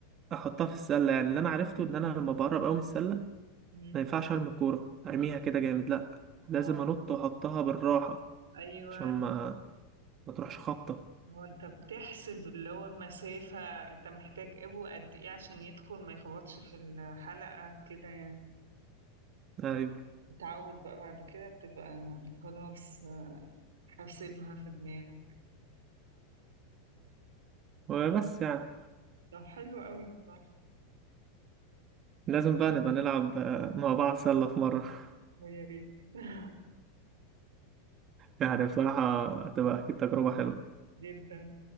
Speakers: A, on the right; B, on the right.
A: احطها في السله يعني اللي انا عرفته ان انا لما بقرب قوي من السله
B: مم.
A: ما ينفعش ارمي الكوره ارميها كده جامد لا لازم
B: اه
A: انط واحطها بالراحه
B: ايوه
A: عشان ما ما تروحش خبطه
B: هو انت بتحسب اللي هو المسافة انت محتاج ابو قد ايه عشان يدخل ما يخبطش في الحلقة كده يعني
A: ايوه
B: تتعود بقى بعد كده بتبقى خلاص حاسبها في دماغك
A: وبس يعني
B: لو حلو قوي والله
A: لازم بقى نبقى نلعب آه، مع بعض سله في مره <laughs>
B: ويا ريت <laughs>
A: يعني بصراحه هتبقى اكيد تجربه حلوه
B: جدا